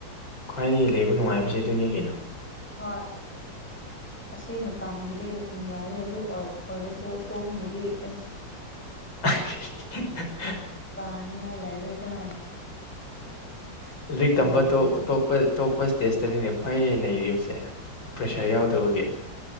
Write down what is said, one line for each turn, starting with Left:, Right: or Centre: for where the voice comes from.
Left: ꯈ꯭ꯋꯥꯏꯗꯒꯤ ꯂꯩꯕ ꯅꯨꯡꯉꯥꯏꯕꯁꯤ ꯑꯗꯨꯅꯤ ꯀꯩꯅꯣ
Centre: ꯍꯣꯏ ꯑꯁꯤ ꯃꯇꯝꯒꯤꯗꯤ ꯅꯨꯡꯉꯥꯏꯌꯦ ꯑꯗꯨ ꯑꯣꯏ ꯑꯣꯏꯔꯁꯨ ꯇꯣꯡꯉꯤꯗꯤ ꯑ
Left: <unintelligible>
Centre: ꯇꯥꯅꯤ ꯍꯥꯏ ꯂ ꯦꯇ
Left: ꯂꯥꯏꯔꯤꯛ ꯇꯝꯕꯄ
Centre: ꯂꯩꯖꯔꯤ
Left: ꯇꯣꯄ ꯏꯁꯇꯦꯖꯇꯅꯤꯅꯦ ꯈ꯭ꯋꯥꯏ ꯅꯩꯔꯤꯕꯁꯦ ꯄ꯭ꯔꯦꯁꯥꯔ ꯌꯥꯎꯗꯣ ꯍꯒꯦ